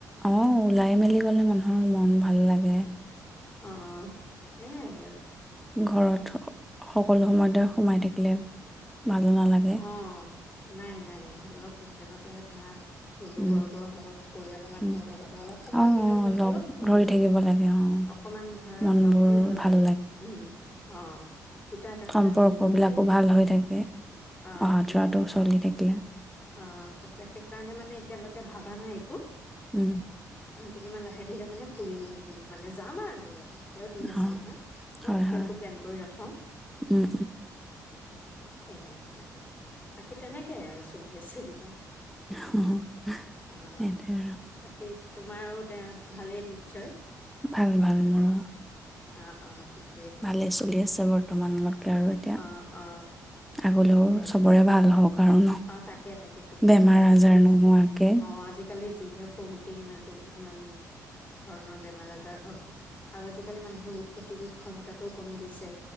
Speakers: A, in the centre; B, on the left.
A: অহ ওলাই মেলি গলে মানুহৰ মন ভাল লাগে।
B: অ সেয়াই আৰু।
A: ঘৰত সকলো সময়তে সোমাই থাকিলে ভালো নালাগে
B: অ। নাই নাই অলপ মাজে মাজে ধৰা বন্ধুবৰ্গ
A: উম
B: হওক, পৰিয়ালৰ মানুহৰ
A: উম
B: লগতো অলপ সময়
A: অ
B: হলেও
A: অ
B: মানে
A: লগ
B: অলপ সময়
A: ধৰি
B: হলেও
A: থাকিব লাগে অ
B: অকমান ধৰা
A: মনবোৰ
B: লগ ধৰিব লাগে।
A: ভাল
B: উম। অ। দুটা এটা
A: সম্পৰ্ক
B: কথা জানিবও
A: বিলাকো
B: পাৰি।
A: ভাল হৈ থাকে
B: অ
A: অহা
B: সেইটোয়ে।
A: যোৱাটো চলি
B: অ
A: থাকিলে
B: অ তেতিয়া, সেইকাৰণে মানে তেঁওলোকে ভাবা নাই একো।
A: উম।
B: অ কিন্তু মানে লাহে ধীৰে মানে ফুৰিম, মানে যাম আৰু বোলে। এতিয়াও দিন আছে
A: অ
B: নহয় ঘৰত
A: হয় হয়
B: একো প্লেন কৰি নথও।
A: উম
B: সেয়াই আৰু বাকী তেনেকে আৰু চলি আছে যি।
A: উম
B: অহ,
A: সেইটোৱে আৰু
B: তাকে। তোমাৰ আৰু তেওঁ ভালেই নিশ্চয়?
A: ভাল ভাল মোৰো।
B: অ অ ঠিক।
A: ভালেই চলি আছে। বৰ্তমানলৈকে আৰু এতিয়া।
B: অ অ
A: আগলৈও
B: সেয়াই
A: চবৰে ভাল হওক আৰু ন
B: অ তাকে তাকে সেইটোয়ে
A: বেমাৰ
B: লাগে। আজিকালি,
A: আজাৰ নোহোৱাকে
B: অ আজিকালি যিহে সৰুতেই ইমানটো ইমান ধৰণৰ বেমাৰ আজাৰ হয় আৰু আজিকালি মানুহৰ ৰোগ প্ৰতিৰোধ ক্ষমতাটোও কমি গৈছে